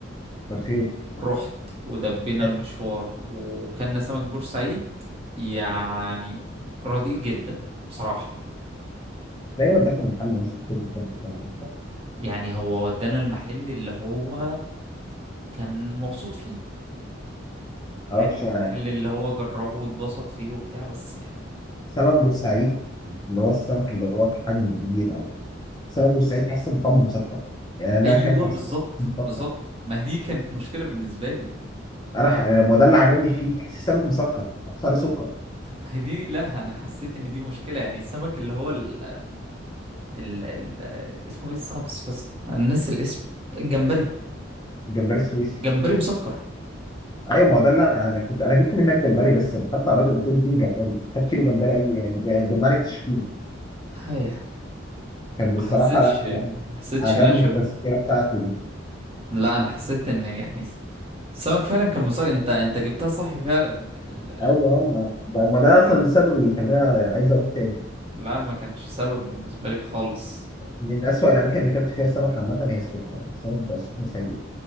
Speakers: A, on the left; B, on the right.
A: بالخير
B: رحت ودبينا
A: حلو
B: المشوار وكلنا سمك بورسعيد يعني رديء جدا بصراحة
A: دايما داخل محل نص كل ما
B: يعني هو ودانا المحل اللي هو كان مبسوط فيه
A: اعرفش
B: فاهم المحل
A: انا
B: اللي هو جربه واتبسط فيه وبتاع بس يعني
A: سمك بورسعيد اللي هو السمك اللي هو حجم كبير او سمك بورسعيد تحس ان طعمه مسكر يعني انا
B: ايوه
A: اكلته
B: بالظبط
A: حسيت إنه مسكر
B: بالظبط ما هي دي كانت مشكلة بالنسبة لي
A: انا ح... يعني ما هو ده اللي عجبني فيه تحس السمك مسكر صار سكر
B: طب ما هي دي لا انا حسيت ان دي مشكلة يعني السمك اللي هو ال... ال... ال... اسمه ايه السمك الصغير انا ناسي الاسم الجمبري
A: الجمبري السويسي
B: جمبري مسكر
A: ايوه ما هو ده اللي انا انا كنت انا جبت منك جمبري بس دخلت على الراجل قلت له اديني جمبري هات كيلو جمبري اي ج- جمبري تشكيله
B: هاي يعني
A: كان بصراحه
B: ما حسيتش
A: لا
B: ما حسيتش
A: عجبني
B: ان انا شغوف
A: التسكيله بتاعته دي
B: لا انا حسيت ان يعني السمك فعلا كان مسكر انت انت جبتها صح فعلا ال...
A: ايوه ما ده ما ده اصلا السبب اللي خلاني عايز اروح تاني
B: لا ما كانش سبب بالنسبة لي خالص
A: من اسوأ الاماكن اللي اكلت فيها سمك عامه هي السخنه يعني السمك بتاع السخنه سيء